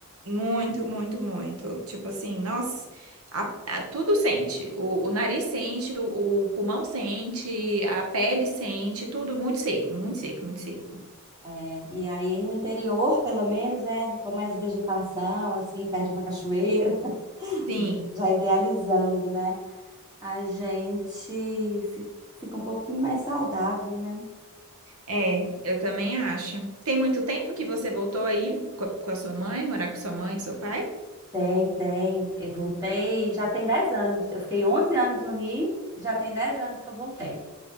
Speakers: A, on the right; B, on the right.
A: muito, muito, muito. Tipo assim, nossa, a- a- tudo sente. O, o nariz sente, o, o pulmão sente, a pele sente, tudo muito seco, muito seco, muito seco.
B: É, e aí no interior, pelo menos, é com mais vegetação, assim, perto de uma cachoeira, <laughs>
A: Sim,
B: já idealizando, né? A gente fi- fica um pouquinho mais saudável, né?
A: é, eu também acho. Tem muito tempo que você voltou aí co- com a sua mãe, morar com sua mãe, com seu pai?
B: Tem, tem. Eu voltei, já tem 10 anos. Eu fiquei 11 anos no Rio, já tem 10 anos que eu voltei.